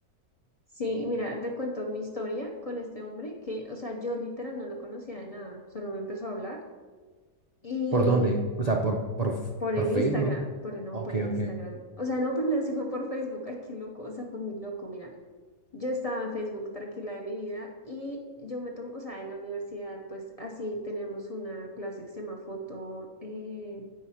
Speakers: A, on the left; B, on the right.
A: Sí, y mira, te cuento mi historia con este hombre que, o sea, yo literal no lo conocía de nada, solo me empezó a hablar. y
B: ¿Por dónde? O sea, por, por, f-
A: Por
B: por
A: el
B: Facebook.
A: Instagram, por el, no,
B: Ok,
A: por el Instagram.
B: ok.
A: O sea, no, primero sí fue por Facebook. Ay, qué loco, o sea, fue muy loco, mira. Yo estaba en Facebook tranquila de mi vida y yo me tomo, o sea, en la universidad, pues así teníamos una clase que se llama foto eh,